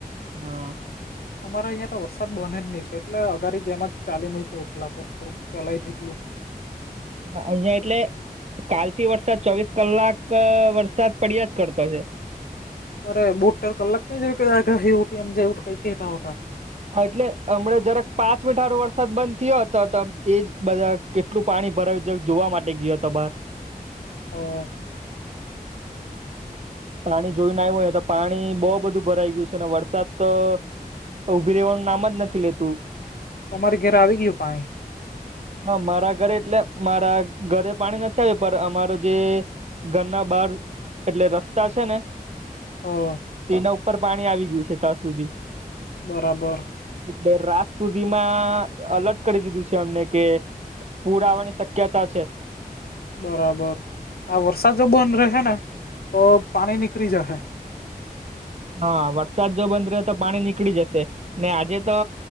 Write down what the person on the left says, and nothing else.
અમારે અહીં તો વરસાદ બને જ નહી છે એટલે અગારી જેમાં જ ચાલી મય કો ઓટલા પર થોડુંક ચલાય તેટલું
અરે બુટેર કલાક કઈ આા ઉઠીમ કઈ કેા
હમ
અમારી ઘર આવી ગયું પાસે
હ
બરાબર
બરાબર આ વરસાદ જો બંધ રહે ને તો પાણી નીકળી જશે